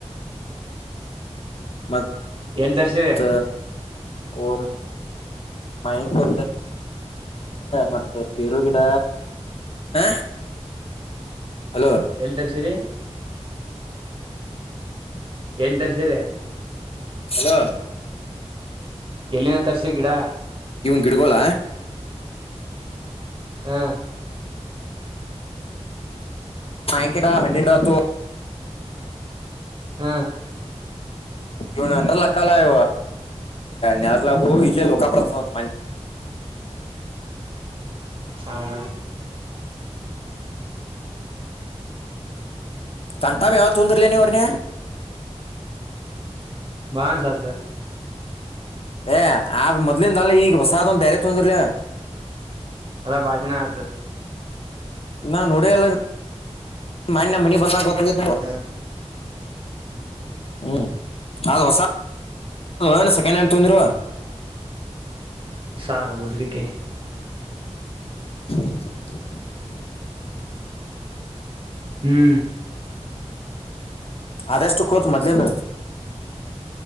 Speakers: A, on the left; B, on the right.
A: ಮತ್ತತ್ತ
B: ಎಲ್ ತರ್ಸಿರಿ
A: ಒ ಮಾಯಿಂ ಕೊ ಮತ್ತೆ ಪೇರು ಗಿಡ ಹ ಹಲೋ
B: ಎಳ್ ತರ್ಸಿರಿ ಎಳ್ ತರ್ಸರೆ
A: ಹಲೋ
B: ಎಲ್ಲಿನ ತರ್ಸಿರ್ ಗಿಡ
A: ಗಿಡ್ಗೋಳ
B: ಹಾ
A: ಆಾಯಂಕಡ ಹನ್ನೆರಡುತ್ತು
B: ಹ್ಮ
A: ಇ ನಲ್ಲಕ್ಕಾಲಯ ನಾರಲ ಇಲ್ಲ ಲೋಕ ಪ್ರ್ರಸತ ಮನೀ
B: ಹಾ ಹಾ
A: ತನ್ಟಾಮ ಯಾವ್ದ್ ತೊಂದರ್ಲ ನೀವ್ರನ
B: ಬಾ ಸದ
A: ಏ ಆದ ಮೊದ್ಲಿಂದಾಲ ಈಗ ಹೊಸಾದೊಂದ ಬೇರೆ ತೊಂದರ್ಲ
B: ಅದ ಬಾಜಿನ ಆಸ
A: ನಾನ್ೋಡಲ್ಲ ಮ ನ ಮನ್ನಿ ಬಂದಾಗ ಗೊತ್ತ
B: ಹ
A: ಹ್ಮ್ ಅದು ಹೊಸ ಅಏನು ಸೆಕೆಂಡ್ ಹ್ಯಾಂಡ್ ತೊಗೊಂದಿರುವ
B: ಸಾಲ ಬೋಸಡಿಕೆ
A: ಹೋದ <inaudible>
B: ಹ್ಮ್
A: ಅದೆಷ್ಟು ಕೋತ್ ಮೊದ್ಲೇಂದ